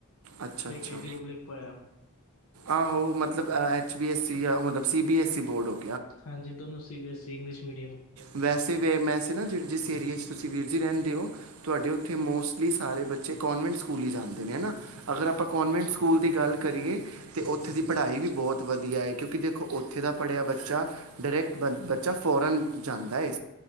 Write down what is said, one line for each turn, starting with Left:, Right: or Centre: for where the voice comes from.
Right: ਅੱਛਾ, ਅੱਛਾ।
Left: ਇੱਕ ਐਚ ਡੀ ਪਬਲਿਕ ਪਾਇਆ।
Right: ਆਹੋ, ਮਤਲਬ ਐਚ ਬੀ ਐਸ ਸੀ ਯਾ ਮਤਲਬ C -B- S -C, board ਹੋ
Left: ਹਾਂਜੀ ਦੋਨੋਂ C B S E English medium
Right: ਵੈਸੇ ਵੀ <unintelligible> ਜਿਸ ਏਰੀਏ ਚ, ਤੁਸੀਂ ਵੀਰ ਜੀ ਰਹਿੰਦੇ ਔ, ਤੁਆਡੇ ਔਥੇ ਮੋਸਟਲੀ ਸਾਰੇ ਬੱਚੇ ਕੋਂਨਵੈਂਟ ਸਕੂਲ ਈ ਜਾਂਦੇ ਨੇ ਹੈ ਨਾ, ਅਗਰ ਆਪਾ ਕੋਨਵੈਂਟ ਸਕੂਲ ਦੀ ਗੱਲ ਕਰੀਏ ਤੇ, ਉਥੇ ਦੀ ਪੜ੍ਹਾਈ ਵੀ ਬਹੁਤ ਵਧੀ ਕਿਉਂਕਿ ਦੇਖੋ, ਔਥੇ ਦਾ ਪੜ੍ਹਿਆ ਬੱਚਾ ਡੇਰੈਕਟ ਬੱਚਾ ਫੋਰਨ ਜਾਂਦਾ ਏ।